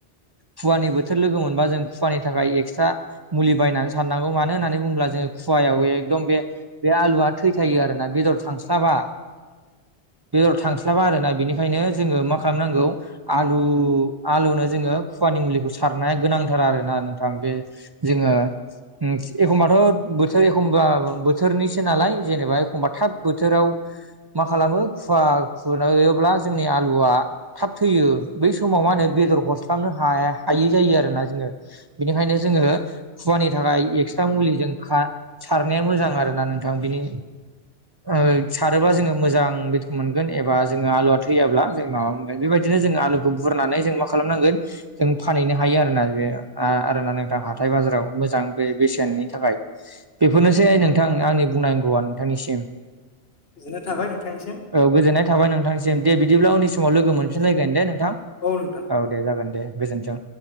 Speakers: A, on the right; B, on the left.
A: खुवानि बोथोर लोगो मोनबा जों खुवानि थाखाय एक्सट्रा मुलि बायनानै साननांगौ मानो होननानै बुङोब्ला जोङो खुवायाव एकदम बे बे आलुआ थैथायो आरोना बेदर थांस्लाबा बेदर थांस्लाबा आरोना बेनिखायनो जोङो मा खालामनांगौ आलु आलुनो जोङो खुवा आनि मुलिखौ सारनाया गोनांथार आरो ना नोंथा। ओ बे जोङो उम एखमबाथ' बोथोर एखमबाबो बोथोरनिसो नालाय जेनेबा एखमबा थाब बोथोराव मा खालामो खुवा खुयोब्ला जोंनि आलुआ थाब थैयो बै समाव मा होनो बेदर हरस्लाबनो हाया हायै जायो आरोना जोङो बिनिखायनो जोङो खुवानि थाखाय एक्सट्रा मुलिजों खा सारनाया मोजां आरो ना नोंथां बिनि ओ सारोब्ला जोङो मोजां बेदर मोनगोन एबा जोङो आलुवा थैयाब्ला जों माबा मोनगोन बेबायदि नो जोङो आलुखौ बुरनानै जों मा खालामनांगोन जों फानहैनो हायो आरोना बेयो आ रोना नोंथां हाथाय बाजाराव मोजां बे-बेसेननि थाखाय बेफोरनोसै नों थां आंनि बुंनांगौआ नोंथांनिसिम
B: गोजोननाय थाबाय नोंथांनिसिम
A: औ गोजोननाय थाबाय नोंथां सिम दे बिदिब्ला उननि समाव लोगो मोनफिनलायगोन दे नोंथां
B: औ नोंथां
A: औ दे जागोन दे गोजोन्थों।